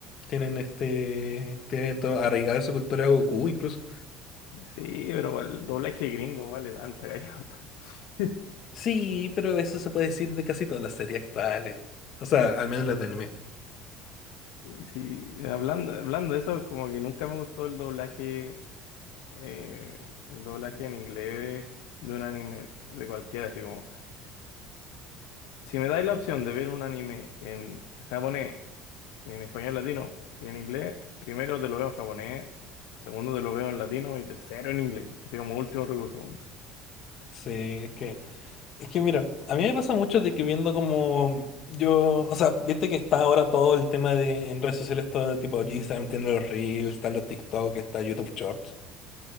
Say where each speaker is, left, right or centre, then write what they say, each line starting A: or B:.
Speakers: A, on the left; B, on the left.
A: tienen este, tienen todo arraigado en su cultura a Goku incluso.
B: Sí, pero el doblaje gringo vale tanta gallampa. <laughs>
A: Sí, pero eso se puede decir de casi todas las series actuales. O sea, al menos las de anime.
B: Sí, hablando, hablando de eso, como que nunca me gustó el doblaje eh, el doblaje en inglés de un anime, de cualquiera, así como, si me dais la opción de ver un anime en japonés, en español latino y en inglés, primero te lo veo en japonés, segundo te lo veo en latino y tercero en inglés, así como último recurso. weón.
A: Sí, es que Es que mira, a mí me pasa mucho de que viendo como yo, o sea, viste que está ahora todo el tema de en redes sociales, todo tipo Instagram tiene los Reels, están los TikTok, está YouTube Shorts.